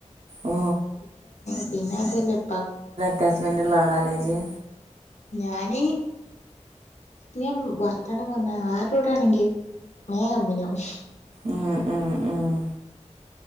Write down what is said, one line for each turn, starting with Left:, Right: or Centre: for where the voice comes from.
Right: ഓ
Left: ഇപ്പ ഉം പിന്ന അതുവല്ല ഇപ്പാ
Right: റ്റാച്ച്മെന്റ്ള്ളാളാലെ ജ്ജ്
Left: ഞാന് ഞാൻ വർത്താനം പറഞ്ഞാ ആരോടാണെങ്കി മേം കമ്പനിയാവും
Right: ഉം, ഉം, ഉം.